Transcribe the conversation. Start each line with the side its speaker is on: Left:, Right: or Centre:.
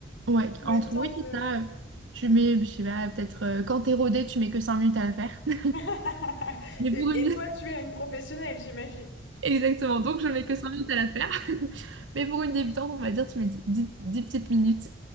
Right: ouais,
Left: Le
Right: entre
Left: temps
Right: oui,
Left: de...
Right: c'est ça, euh, tu mets, je sais pas, peut-être euh, quand t'es rodé, tu mets que 5 minutes à la faire. <laughs>
Left: <laughs>
Right: Mais
Left: Et
Right: pour une,
Left: et toi, tu es une professionnelle, j'imagine.
Right: Exactement, donc je mets que 5 minutes à la faire. <laughs> Mais pour une débutante, on va dire, tu mets dix petites minutes,